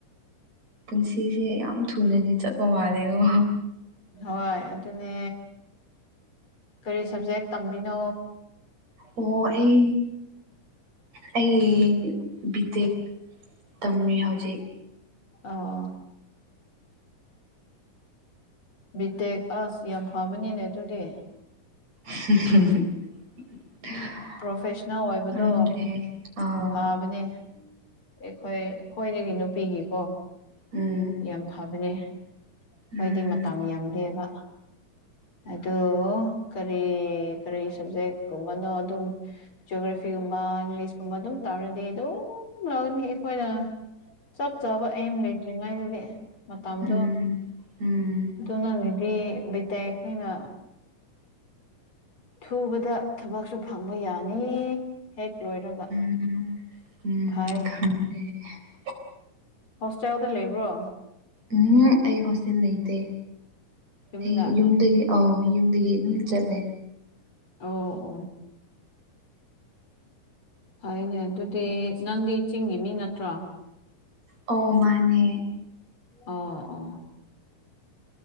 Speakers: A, on the right; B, on the left.
A: ꯄꯨꯟꯁꯤꯁꯦ ꯌꯥꯝ ꯊꯨꯅꯗꯤ ꯆꯠꯄ ꯃꯥꯂꯦ ꯀꯣ
B: ꯍꯣꯏ ꯑꯗꯨꯅꯦ ꯀꯔꯤ ꯁꯕꯖꯦꯛ ꯇꯝꯂꯤꯅꯣ
A: ꯑꯣ ꯑꯩ ꯑꯩ ꯕꯤ. ꯇꯦꯛ ꯇꯝꯃꯤ ꯍꯧꯖꯤꯛ
B: ꯑꯧ ꯕꯤ. ꯇꯦꯛ ꯑꯁ ꯌꯥꯝ ꯐꯕꯅꯤꯅꯦ ꯑꯗꯨꯗꯤ
A: <unintelligible>
B: ꯄ꯭ꯔꯣꯐꯦꯁꯅꯦꯜ ꯑꯣꯏꯕꯗꯣ
A: ꯈꯪꯗ꯭ꯔꯦ ꯑꯥꯎ
B: ꯐꯥꯕꯅꯦ ꯑꯩꯈꯣꯏ ꯑꯩꯈꯣꯏꯗꯒꯤ ꯅꯨꯄꯤꯒꯤꯀꯣ
A: ꯎꯝ
B: ꯌꯥꯝ ꯐꯕꯅꯦ ꯑꯩꯈꯣꯏꯗꯤ
A: ꯎꯝ
B: ꯃꯇꯝ ꯌꯥꯝ ꯗꯦꯕ ꯑꯗꯣ ꯀꯔꯤ ꯀꯔꯤ ꯁꯕꯖꯦꯛꯀꯨꯝꯕꯅꯣ ꯑꯗꯨꯝ ꯖꯤꯑꯣꯒ꯭ꯔꯥꯐꯤꯒꯨꯝꯕ ꯏꯪꯂꯤꯁꯀꯨꯝꯕ ꯑꯗꯨꯝ ꯇꯧꯔꯗꯤ ꯑꯗꯨꯝ ꯂꯧꯔꯅꯤ ꯑꯩꯈꯣꯏꯅ ꯆꯠ ꯆꯥꯕ ꯑꯦꯝ ꯂꯩꯇ꯭ꯔꯤ ꯉꯩꯗꯗꯤ ꯃꯇꯝꯗꯣ
A: ꯎꯝ ꯎꯝ
B: ꯑꯗꯨ ꯅꯪꯒꯤꯗꯤ ꯕꯤ ꯇꯦꯛ ꯑꯩꯈꯣꯏꯅ ꯊꯨꯕꯗ ꯊꯕꯛꯁꯨ ꯐꯪꯕ ꯌꯥꯅꯤ ꯍꯦꯛ ꯂꯣꯏꯔꯒ
A: ꯎꯝ ꯎꯝ
B: ꯍꯣꯏ
A: ꯑꯝ
B: ꯍꯣꯁꯇꯦꯜꯗ ꯂꯩꯕ꯭ꯔꯣ
A: ꯎꯝ ꯑꯩ ꯍꯣꯁꯇꯦꯜ ꯂꯩꯇꯦ
B: ꯌꯨꯝꯗ
A: ꯑꯩ ꯌꯨꯝꯗꯒꯤ ꯑꯧ ꯌꯨꯝꯗꯒꯤ ꯑꯗꯨꯝ ꯆꯠꯂꯦ
B: ꯑꯣ ꯑꯣ ꯐꯩꯏꯅꯦ ꯑꯗꯨꯗꯤ ꯅꯪꯗꯤ ꯆꯤꯡꯒꯤ ꯃꯤ ꯅꯠꯇ꯭ꯔꯣ
A: ꯑꯧ ꯃꯥꯅꯦ
B: ꯑꯣ ꯑꯣ